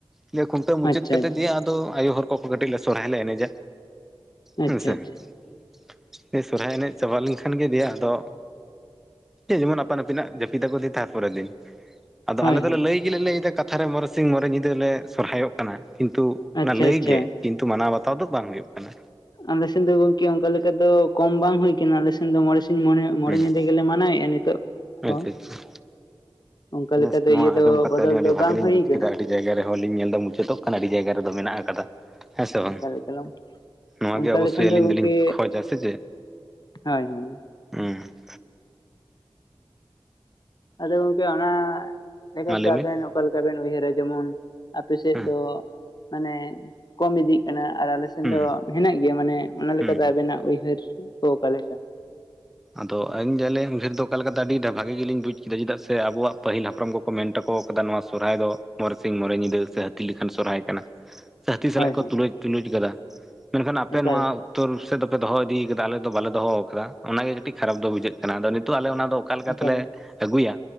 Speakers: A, in the centre; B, on the left (about 50°).
A: <unintelligible> ᱠᱷᱩᱱᱴᱟᱹᱣ ᱢᱩᱪᱟᱹᱫ
B: ᱟᱪᱪᱷᱟ
A: ᱠᱟᱛᱮ
B: ᱟᱪᱪᱷᱟ
A: ᱫᱤᱭᱮ ᱟᱫᱚ ᱟᱭᱳ ᱦᱚᱲ ᱠᱚ ᱠᱚ ᱠᱟᱹᱴᱤᱡ ᱥᱚᱨᱦᱟᱭ ᱞᱮ ᱮᱱᱮᱡᱟ᱾ ᱦᱮᱸ
B: ᱟᱪᱪᱷᱟ
A: ᱥᱮ
B: ᱟᱪᱪᱷᱟ
A: ᱾ <unintelligible> ᱥᱚᱨᱦᱟᱭ ᱮᱱᱮᱡ ᱪᱟᱵᱟ ᱞᱮᱱᱠᱷᱟᱱ ᱜᱮ ᱫᱤᱭᱮ ᱟᱫᱚ ᱡᱮᱢᱚᱱ ᱟᱯᱟᱱ ᱟᱯᱤᱱᱟᱜ ᱡᱟᱹᱯᱤᱫ ᱟᱠᱚ ᱫᱤᱭᱮ ᱛᱟᱨᱯᱚᱨᱮᱨ ᱫᱤᱱ ᱟᱫᱚ
B: ᱦᱳᱭ
A: ᱟᱞᱮ ᱫᱚᱞᱮ
B: ᱦᱳᱭ
A: ᱞᱟᱹᱭ ᱞᱟᱹᱭ ᱜᱮᱞᱮ ᱞᱟᱹᱭ ᱮᱫᱟ ᱠᱟᱛᱷᱟ ᱨᱮ ᱢᱚᱸᱬᱮ ᱥᱤᱧ ᱢᱚᱸᱬᱮ ᱧᱤᱫᱟᱹ ᱞᱮ ᱥᱚᱨᱦᱟᱭᱚᱜ ᱠᱟᱱᱟ ᱠᱤᱱᱛᱩ
B: ᱟᱪᱪᱷᱟ
A: ᱚᱱᱟ ᱞᱟᱹᱭ
B: ᱟᱪᱪᱷᱟ
A: ᱜᱮ᱾ ᱠᱤᱱᱛᱩ ᱢᱟᱱᱟᱣ ᱵᱟᱛᱟᱣ ᱫᱚ ᱵᱟᱝ ᱦᱳᱭᱳᱜ ᱠᱟᱱᱟ᱾
B: ᱟᱞᱮ ᱥᱮᱱ ᱫᱚ ᱜᱚᱝᱠᱮ ᱚᱝᱠᱟ ᱞᱮᱠᱟ ᱫᱚ ᱠᱚᱢ ᱵᱟᱝ ᱦᱩᱭ ᱠᱟᱱᱟ ᱟᱞᱮ ᱥᱮᱱ ᱫᱚ ᱢᱚᱸᱬᱮ ᱥᱤᱧ ᱢᱚᱸᱬᱮ
A: ᱦᱩᱸ
B: ᱧᱤᱫᱟᱹ ᱜᱮᱞᱮ ᱢᱟᱱᱟᱣ ᱮᱜᱼᱟ ᱱᱤᱛᱳᱜ <unintelligible>
A: ᱟᱪᱪᱷᱟ ᱟᱪᱪᱷᱟ
B: ᱚᱝᱠᱟ
A: ᱱᱮᱥ
B: ᱞᱮᱠᱟ ᱫᱚ
A: ᱱᱚᱣᱟ
B: ᱤᱭᱟᱹ
A: ᱟᱸᱡᱚᱢ
B: ᱫᱚ
A: ᱠᱟᱛᱮ
B: ᱵᱚᱫᱚᱞ
A: ᱟᱹᱞᱤᱧ ᱟᱹᱰᱤ
B: ᱫᱚ
A: ᱵᱷᱟᱜᱮ
B: ᱵᱟᱝ
A: ᱞᱤᱧ
B: ᱦᱩᱭ
A: ᱵᱩᱡᱽ
B: ᱠᱟᱱᱟ?
A: ᱠᱮᱫᱟ ᱟᱹᱰᱤ ᱡᱟᱭᱜᱟ ᱨᱮ ᱦᱚᱸ ᱞᱤᱧ ᱧᱮᱞ ᱫᱟ ᱢᱩᱪᱟᱹᱫᱚᱜ ᱠᱟᱱᱟ ᱟᱹᱰᱤ ᱡᱟᱭᱜᱟ ᱨᱮ ᱫᱚ ᱢᱮᱱᱟᱜ ᱟᱠᱟᱫᱟ ᱦᱮᱸ ᱥᱮ ᱵᱟᱝ
B: ᱮᱠᱟᱞ ᱮᱠᱟᱞ
A: ᱱᱚᱣᱟ
B: ᱚᱱᱠᱟ
A: ᱜᱮ ᱚᱵᱚᱥᱳᱭ
B: ᱞᱮᱠᱷᱟᱱ
A: ᱟᱹᱞᱤᱧ
B: ᱜᱚᱝᱠᱮ
A: ᱫᱚ ᱞᱤᱧ ᱠᱷᱚᱡᱟ ᱥᱮ ᱪᱮᱫ?
B: ᱦᱳᱭ ᱦᱳᱭ
A: <unintelligible>
B: ᱟᱫᱚ ᱜᱚᱝᱠᱮ ᱚᱱᱟ ᱡᱟᱭᱜᱟ
A: ᱢᱟ
B: ᱨᱮ
A: ᱞᱟᱹᱭ
B: ᱫᱚ ᱟᱵᱮᱱ
A: ᱵᱤᱱ
B: ᱚᱠᱟ ᱞᱮᱠᱟ ᱵᱮᱱ ᱩᱭᱦᱟᱹᱨᱟ ᱡᱮᱢᱚᱱ ᱟᱯᱮ ᱥᱮᱫ
A: ᱦᱮᱸ
B: ᱫᱚ ᱢᱟᱱᱮ ᱠᱚᱢ ᱤᱫᱤᱜ <unintelligible> ᱟᱞᱮ ᱥᱮᱱ
A: ᱦᱩᱸ
B: ᱫᱚ
A: ᱦᱩᱸ
B: ᱦᱮᱱᱟᱜ ᱜᱮᱭᱟ ᱚᱱᱟ ᱢᱟᱱᱮ ᱚᱱᱟ ᱞᱮᱠᱟᱛᱮ
A: ᱦᱩᱸ ᱦᱩᱸ
B: ᱟᱵᱮᱱᱟᱜ ᱩᱭᱦᱟᱹᱨ ᱚᱠᱟ ᱞᱮᱠᱟ?
A: ᱟᱫᱚ ᱟᱹᱧ ᱡᱟᱸᱦᱟ <unintelligible> ᱚᱠᱟ ᱞᱮᱠᱟᱛᱮ ᱟᱹᱰᱤ ᱵᱷᱟᱹᱜᱤ ᱜᱮ ᱞᱤᱧ ᱵᱩᱡ ᱠᱮᱫᱟ ᱪᱮᱫᱟᱜ ᱥᱮ ᱟᱵᱚᱣᱟᱜ ᱯᱟᱹᱦᱤᱞ ᱦᱟᱯᱲᱟᱢ ᱠᱚ ᱠᱚ ᱢᱮᱱ <unintelligible> ᱠᱟᱫᱟ ᱱᱚᱣᱟ ᱥᱚᱨᱦᱟᱭ ᱫᱚ ᱢᱚᱸᱬᱮ ᱥᱤᱧ ᱢᱚᱸᱬᱮ ᱧᱤᱫᱟᱹ ᱥᱮ ᱦᱟᱹᱛᱤ ᱞᱮᱠᱟᱱ ᱥᱚᱨᱦᱟᱭ ᱠᱟᱱᱟ᱾ ᱦᱟᱹᱛᱤ ᱥᱟᱞᱟᱜ
B: ᱦᱳᱭ
A: ᱠᱚ
B: ᱦᱳᱭ
A: ᱛᱩᱞᱩᱡ ᱛᱩᱞᱩᱡ ᱟᱠᱟᱫᱟ ᱢᱮᱱᱠᱷᱟᱱ ᱟᱯᱮ
B: ᱮᱠᱟᱞ
A: ᱱᱚᱣᱟ <unintelligible> ᱥᱮᱫ ᱫᱚᱯᱮ ᱫᱚᱦᱚ ᱤᱫᱤ ᱠᱟᱫᱟ ᱟᱞᱮ ᱫᱚ ᱵᱟᱞᱮ ᱫᱚᱦᱚ ᱟᱠᱟᱫᱟ ᱚᱱᱟᱜᱮ ᱠᱟᱹᱴᱤᱡ ᱠᱷᱟᱨᱟᱯ ᱫᱚ ᱵᱩᱡᱷᱟᱹᱜ ᱠᱟᱱᱟ ᱱᱤᱛᱚᱜ ᱟᱞᱮ ᱚᱱᱟ ᱫᱚ ᱚᱠᱟ ᱞᱮᱠᱟ
B: ᱮᱠᱟᱞ
A: ᱛᱮᱞᱮ ᱟᱹᱜᱩᱭᱼᱟ